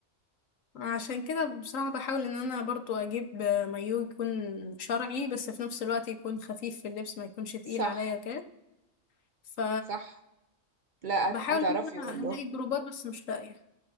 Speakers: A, on the left; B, on the right.
A: عشان كده بصراحة بحاول ان انا برضو اجيب آه، مايو يكون شرعي بس في نفس الوقت يكون خفيف في اللبس ما يكونش تقيل
B: صح
A: عليا كده ف
B: صح لا
A: بحاول
B: هت- هتعرفي
A: ان
B: والله
A: انا الاقي جروبات بس مش لاقية